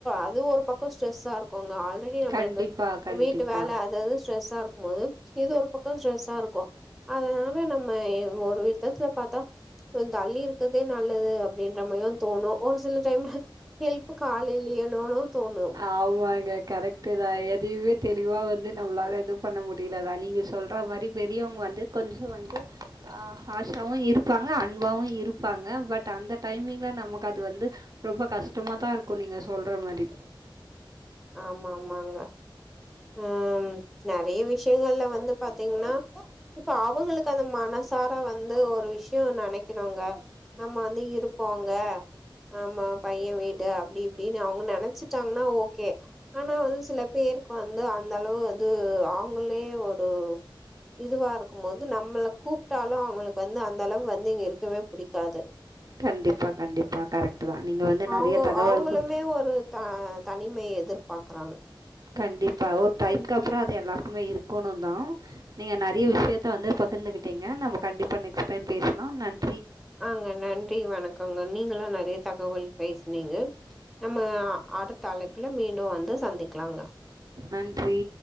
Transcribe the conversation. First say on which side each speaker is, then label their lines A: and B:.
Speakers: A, in the centre; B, on the right.
A: அது ஒரு பக்கோ ஸ்ட்ரெஸ்ஸா இருக்கோங்க அத் ஆல்ரெடி நம்மளுக்கு
B: கண்டிப்பாக கண்டிப்பாக
A: வீட்டு வேல அதாவது ஸ்ட்ரெஸ்ஸாருக்கும் போது இது ஒரு பக்கோ ஸ்ட்ரெஸ்ஸாருக்கோ அதனால நம்ம ஒரு விதத்துல பாத்தா கொஞ்சோ தள்ளி இருக்குது இதே நல்லது அப்டின்ற மாரிதா தோணு ஒரு சில டைம்ல ஹெல்ப்க்கு ஆள்யில்லையனுன்னு தோணு
B: ஆமாங்க கரெக்ட்டு தா எதுவே தெளிவா வந்து நம்மளால எதுவு பண்ண முடியலதா நீங்க சொல் அத மாரி பெரியவங்க வந்து கொஞ்சோ வந்து ஆ ஆஷாவு இருப்பாங்க அன்பாவு இருப்பாங்க பட் அந்த டைமிங்ல நமக்கு அது வந்து ரொம்ப கஷ்டமாதா இருக்கோ நீங்க சொல்ற மாரி
A: ஆமா ஆமாங்க ம் நறைய விஷயங்கள்ல வந்து பாத்தீங்கன்னா இப்ப அவங்களுக்கு அந்த மனசார வந்து ஒரு விஷ்யோ நனைக்கிறாங்க நம்ம வந்து இருப்போங்க ஆமா பையே வீடு அப்டி இப்டின்னு அவங்க நெனைச்சிட்டாங்கன்னா ஓ ஓகே ஆனா வந்து சில பேருக்கு வந்து அந்தளவு வந்து அவுங்களே ஒரு இதுவாருக்கும் போது நம்மள கூப்புட்டாலு அவுங்களுக்கு வந்து அந்தளவு வந்து இங்க இருக்கவே புடிக்காது
B: கண்டிப்பா கண்டிப்பா கரெக்ட்டுதா நீங்க வந்து நறைய
A: அவங்க
B: தகவல்கள்
A: அவங்களுமே ஒரு த தனிமைய எதிர்பாக்கறாங்க
B: கண்டிப்பா ஒரு டைம் கப்ரோ அது எல்லாருக்குமே இருக்கோணோ தா நீங்க நறைய விஷயத்த வந்து பகிர்ந்துகிட்டீங்க நம்ம கண்டிப்பா நெக்ஸ்ட் டைம் பேசலா நன்
A: ஆங்க நன்றி வணகோங்க நீங்கலு நறைய தகவல் பேசுனீங்க நம்ம அடுத்த அழைப்புல மீண்டும் வந்து சந்திக்கலாங்க
B: நன்றி